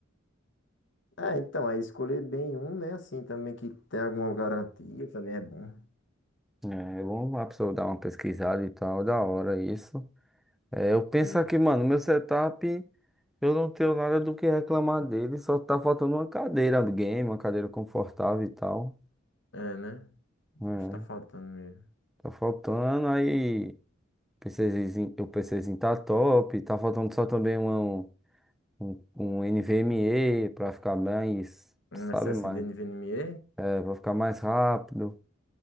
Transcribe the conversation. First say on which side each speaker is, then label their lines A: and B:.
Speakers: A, on the left; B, in the centre.
A: É, então, aí escolher bem um, né, assim, também que tem alguma garantia, também é bom.
B: É, é bom a pessoa dar uma pesquisada e tal, da hora isso. É, eu penso
A: Sim,
B: aqui, mano, meu setup, eu não tenho nada do que reclamar dele, só tá faltando uma cadeira um game, uma cadeira confortável e tal.
A: é, né?
B: É,
A: Acho que tá faltando mesmo.
B: tá faltando aí. PCzinho, o PCzinho tá top. Tá faltando só também uma, um, um um NVMe pra ficar mais,
A: Um
B: sabe,
A: SSD
B: mais,
A: NVMe.
B: é, pra ficar mais rápido.